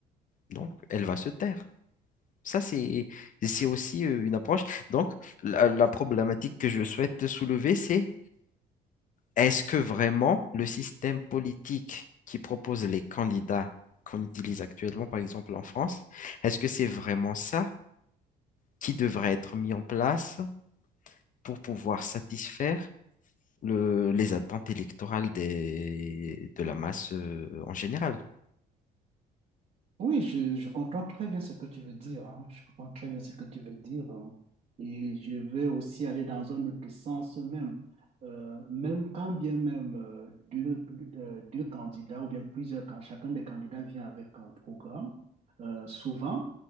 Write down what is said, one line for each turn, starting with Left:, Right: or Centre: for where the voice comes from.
Left: Donc, elle va se taire. Ça, c'est, c'est aussi euh, une approche. Donc, la, la problématique que je souhaite soulever, c'est est-ce que vraiment le système politique qui propose les candidats qu'on utilise actuellement, par exemple en France, est-ce que c'est vraiment ça qui devrait être mis en place pour pouvoir satisfaire le- les attentes électorales des, de la masse euh, en général.
Right: Oui, je, je comprends très bien ce que tu veux dire. hein. Je comprends très bien ce que tu veux dire. hein. Et je vais aussi aller dans un autre sens même. Euh, même quand bien même euh, deux, euh, deux candidats ou bien plusieurs, quand chacun des candidats vient avec un programme, euh, souvent,